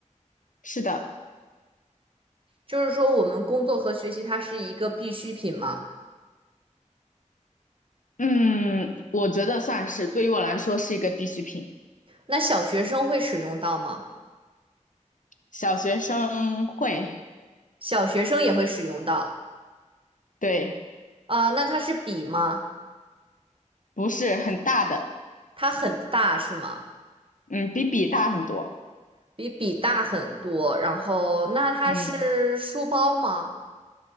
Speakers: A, on the left; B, on the right.
A: 是的，
B: 就是说，我们工作和学习它是一个必需品吗？
A: 嗯，我觉得算是对于我来说是一个必需品，
B: 那小学生会使用到吗？
A: 小学生会，
B: 小学生也会使用到
A: 对，
B: 啊，那它是笔吗？
A: 不是很大的，
B: 它很大是吗？
A: 嗯，比笔大很多，
B: 比笔大很多。然后，那它是书包吗？
A: 嗯，